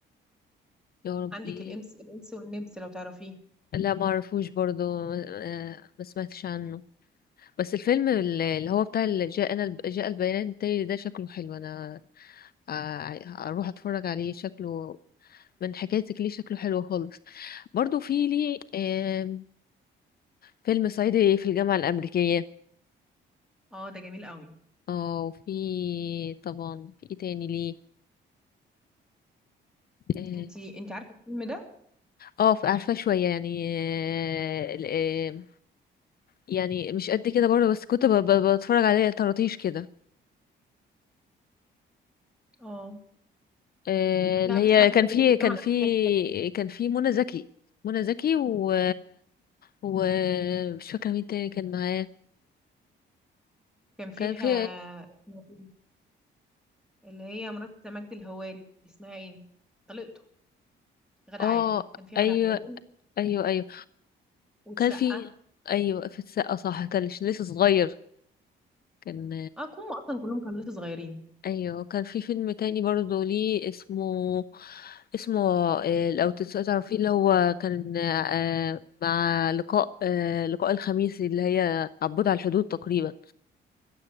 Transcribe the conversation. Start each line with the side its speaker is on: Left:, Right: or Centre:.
Left: يا ربي
Centre: عندك الامس الانس والنمس لو تعرفيه
Left: لا ما اعرفوش برضه آه ما سمعتش عنه بس الفيلم اللي اللي هو بتاع اللي جاء انا جاء البيان التالي ده شكله حلو انا آه، اروح اتفرج عليه شكله من حكايتك ليه شكله حلو خالص برضه في لي آه فيلم صعيدي في الجامعة الأمريكية
Centre: اه ده جميل قوي
Left: اه وفي طبعا في ايه تاني ليه اه
Centre: انتي انتي عارفه الفيلم ده
Left: آه، عارفاه شوية يعني آه آه، يعني مش قد كده برضه بس كنت ب- ب- بتفرج عليه طراطيش كده
Centre: اه
Left: آه،
Centre: لا
Left: اللي هي
Centre: بصراحه
Left: كان
Centre: كان
Left: في
Centre: عاجبني
Left: كان
Centre: كمان
Left: في كان في منى زكي منى زكي و و مش فاكره مين تاني كان معاه
Centre: كان فيها
Left: كان في
Centre: اسمها إيه؟ اللي هي مرات مجد الهواري اسمها ايه طليقته غادة
Left: اه
Centre: عادل كان في
Left: ايوه
Centre: غادة عادل
Left: ايوه ايوه
Centre: والسقا
Left: كان في ايوه في السقا صح كان لسه صغير كان
Centre: اه كهم اصلا كلهم كانوا لسه صغيرين
Left: ايوه كان في فيلم تاني برضه ليه اسمه اسمه آه، لو تس- تعرفيه اللي هو كان آه، مع لقاء آه، لقاء الخميس اللي هي عبود على الحدود تقريبا